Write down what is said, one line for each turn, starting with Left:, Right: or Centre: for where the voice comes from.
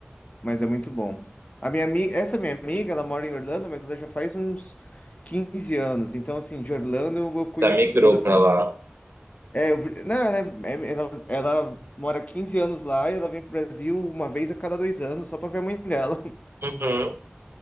Left: mas é muito bom. A minha amiga, essa minha amiga, ela mora em Orlando, mas ela já faz uns 15 anos. Então, assim, de Orlando eu eu conheço
Right: Já migrou
Left: tudo. Eu falo,
Right: pra lá.
Left: é, eu, não, né, é- é, ela, ela mora 15 anos lá e ela vem pro Brasil uma vez a cada dois anos só pra ver a mãe dela. <laughs>
Right: Uhum.